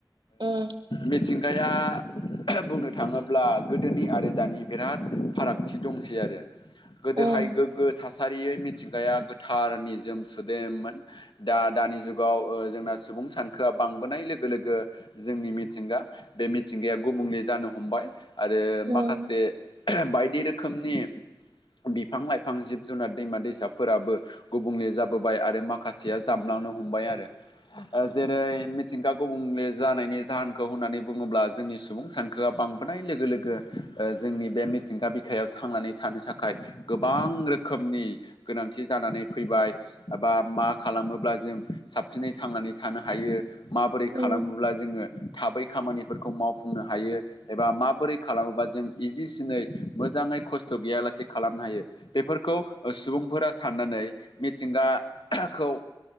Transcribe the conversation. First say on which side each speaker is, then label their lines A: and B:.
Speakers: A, on the right; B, on the left.
A: उम
B: मिथिंगाया बुंनो थाङोब्ला गोदोनि आरो दानि बिराद फारागथि दंसै आरो गोदोहाय
A: उम
B: गोग्गो थासारियै मिथिंगाया गोथार नि जोम सुदेममोन। दा दानि जुगाव जोंना सुबुं सानखोआ बांबोनाय लोगो लोगो जोंनि मिथिंगा बे मिथिंगाया गुबुंले जानो हमबाय आरो
A: उम
B: माखासे बायदि रोखोमनि बिफां लाइफां, जिब, जुनार, दैमा, दैसाफोराबो गुबुंले जाबोबाय आरो माखासेया जाबलांनो हमबाय आरो जेरै मिथिंगा गुबुंले जानायनि जाहोनखौ होननानै बुङोब्ला जोंनि सुबुं सानखोआ बांबोनाय लोगो लोगो जोंनि बे मिथिंगा बिखायाव थांनानै थानो थाखाय गोबां रोखोमनि गोनांथि जानानै फैबाय। एबा मा खालामोब्ला जों साबसिनै थांनानै थानो हायो माबोरै
A: उम
B: खालामोब्ला जोङो थाबै खामानिफोरखौ मावफुंनो हायो। एबा माबोरै खालामोबा जों इजिसिनै मोजाङै खस्थ' गैयालासे खालामनो हायो। बेफोरखौ सुबुंफोरा साननानै मिथिंगाखौ